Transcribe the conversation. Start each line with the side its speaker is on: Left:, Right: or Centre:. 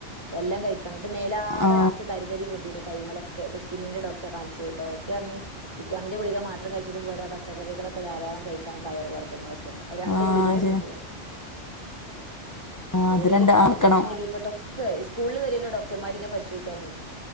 Right: എല്ലാം കഴിക്കണം ത് മേലാകെ
Left: ആ
Right: നറച്ച് തര് തരി പൊന്തീണ് കൈമലക്ക ഡി സ്കിന്നിന്റെ ഡോക്റ്റേ കാണിച്ച് ഡോക്റ്റർഞ്ഞി വിറ്റാമിന്റെ ഗുളിക മാത്രം കഴിച്ചിട്ട് പോരാ പച്ചക്കറികളൊക്കെ ധാരാളം കഴിക്കണം പയർ വർഗങ്ങളൊക്കെ രണ്ടു
Left: ആ
Right: തീര
Left: ശരി
Right: കൂട്ടൂല
Left: ആ
Right: മേയില്
Left: അത് രണ്ട്
Right: ക
Left: ആക്കണം
Right: മുട്ടിന്റെ കീപ്പട്ടൊ സ്കൂള്ള് വരൊല്ലോ ഡോകറ്റമാര് ഇങ്ങനെ പരിശോയ്ക്കാന്